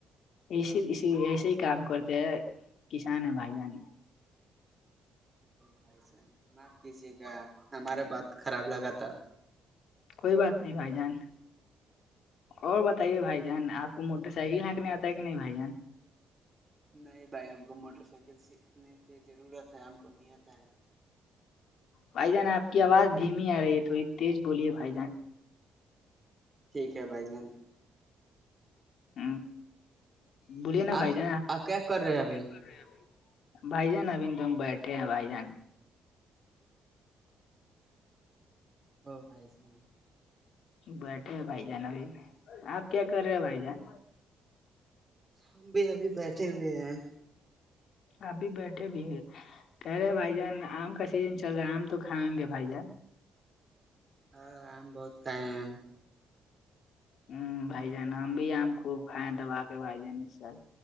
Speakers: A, on the left (about 70°); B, on the right (about 25°).
A: اس اسی ایسے ہی کام کرتے ہیں کسان ہے بھائی جان
B: بھائی جان معاف کیجے گا ہمارا بات خراب لگا تھا
A: کوئی بات نہیں بھائی جان اور بتائیے بھائی جان آپ کو موٹر سائیکل ہھینکنے آتا ہے کہ نہیں بھائی جان
B: نہیں بھائی ہم کو موٹر سائیکل سیکھنے کی ضرورت ہے ہم کو نہیں آتا ہے
A: بھائی جان آپ کی آواز دھیمی آ رہی ہے تھوڑی تیز بولیے بھائی جان
B: ٹھیک ہے بھائی جان
A: ہ بولیے نا
B: آپ
A: بھائی ج
B: آپ کیا کر رہے ہیں ابھی
A: کر بھائی جان ابھی تو بیٹھے ہیں بھائی جان
B: <unintelligible>
A: بیٹھے بھائی جان ابھی آپ کیا کر رہے ہو بھائی جان
B: ہم بھی ابھی بیٹھے ہوئے ہیں
A: ابھی بیٹھے بھی ہے کہہ رہے بھائی جان آم کا سیزن چل رہا ہے آم تو کھائیں گے بھائی جان
B: ہ آم بہت کائے ہیں آم
A: ہ بھائی جان ہم بھی آم خوب کھائےیں دبا کے بھائی جان اس سال